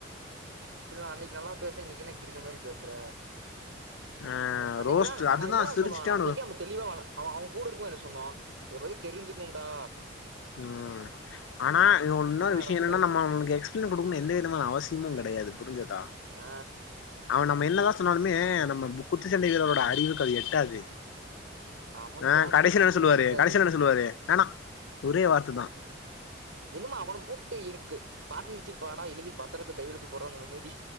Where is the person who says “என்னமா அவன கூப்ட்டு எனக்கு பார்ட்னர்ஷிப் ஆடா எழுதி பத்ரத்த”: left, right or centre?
Right